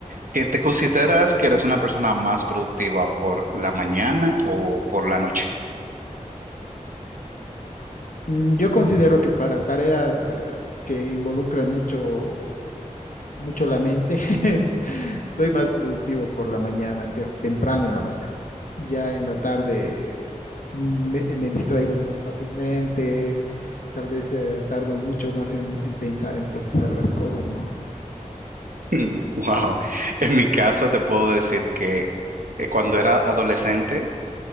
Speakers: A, on the right; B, on the left.
A: ¿Que te consideras que eres una persona más productiva por la mañana o por la noche? <laughs>
B: Mm, Yo considero que para tareas eh, que involucran mucho, mucho la mente, <laughs> soy más productivo por la mañana, te- temprano en la mañana. Ya en la tarde me, me distraigo más fácilmente, tal vez eh, tardo mucho más en, en pensar, en procesar las cosas, ¿no?
A: Mm, Wow. En mi caso te puedo decir que eh, cuando era adolescente